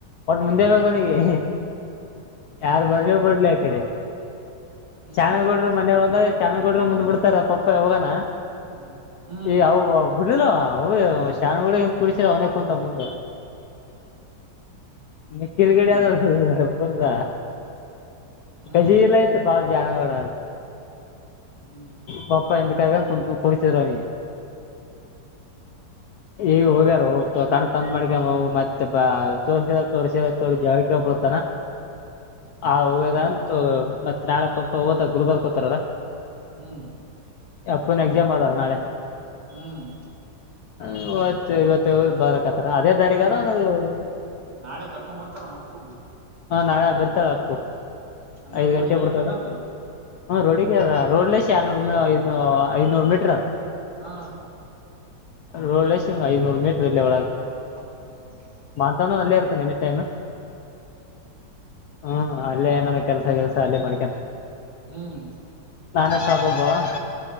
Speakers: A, on the left; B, on the right.
A: ಒಟ್ಟ ಮುಂದೆ ಬುನಿಗೆ
B: ಹ್ಮ್
A: ಯಾರು ಬರ್ಲಿ
B: ಹ್ಮ್
A: ಬಿಡ್ಲಿ ಆ ಕಡೆ
B: ಹ್ಮ್
A: ಚಾಣ ಕೊಡ್ರರು ಮನೆ
B: ಅಂದ್ರ
A: ಒಂದ ಶಾಮಿಗೌಡರು ಮುಂದ್ ಬಿಡ್ತಾರ ಪಪ್ಪ ಯಾವಾಗನ
B: ಹ್ಮ ಹ್ಮ್
A: ಈ ಅವು ಬಿಡ್ಲಿಲ್ಲ ಶಾನಗಳ ಕುಡಸ ಅವನ ಕುಂತ ಮುಂದ್ ನಿಕ್ಕಲ್
B: ಹ್ಮ್
A: ಗಡಿ ಯಾವದದು ಹ ಪುರ್ದ
B: ಹ್ಮ್
A: ಕಸಿ ಇಲ್ಲ ಇ ಬಪ ಜಾನಗಡ
B: ಹ್ಮ್
A: ಪಪ ಎ ಕಾಯ ಕು ಕುಡಚರ್ರುವ ನೀ ಈ ಹೋಗ್ಯಾರ ಕಣ ತ ಮಡಿಕ ಮತ್ತೆ ಬ ತೋರ್ಸಿಲ್ಲ ತೋರ್ಸಿ ತೋರ್ ಜಕ್ಕೆ ಹೋಗ್ಬಿಡ್ತಾನ ಆ ಹೂವದಂತ
B: ಹ್ಮ್
A: ಮತ್ತ ನಾಳ ಪ ಓತ ಗುರುಬರ್ ಹತಾರ
B: ಹ್ಮ್
A: ಅಪ್ಪೂನು ಎಕ್ಸಾಮ ಆದದ ನಾಳೆ
B: ಹ್ಮ್
A: ಇವತ್ತು ಇವತ್ತು ಬರಕತ್ತರ ಅದೇ ದಾರಿಗ
B: ಅಂದ್ರ
A: ಅದ ಒಂದ್ರ
B: ನಾಳೆ ಕರ್ಕೊಂಡ್ ಬರ್ತಾರ ಅವನ್ನಪ್ಪಗ
A: ಹಾ ನಾಳೆ ಬರ್ತದ ಅಕ್ಕು
B: ಅಂದ್ರ
A: ಐದ್
B: ರೋಡಿಗೆ
A: ಗಂಟೆ ಬಿಡ್ತದ
B: ಐತಿ ಏನದ
A: ಹ್ಮ ರೋಡಿಗೆ ರೋಡ್ ಲನೂರು ಐ ಐನೂರು ಮೀಟರ್ ಅದದು
B: ಹಾ
A: ರೋಡ್ಲ್ ಸಿವ್ ಐನೂ ಮೀಟರ್ ಇಲ್ಲ ಒಳಗೆ
B: ಹ್ಮ ಹ್ಮ ಹ್ಮ
A: ಅ ನಲ್ಲ ಇತೇನೆ ಎನಿ ಟೈಮ ಹ್ಮ್ ಅಲ್ಲೇ ಏನ ಕೆಲ್ಸ ಕೆಲ್ಸ ಅಲ್ಲೇ ಮಾಡ್ಕಂತ
B: ಹ್ಮ್
A: ನಾನೆ ಸಾಬಗೊ. -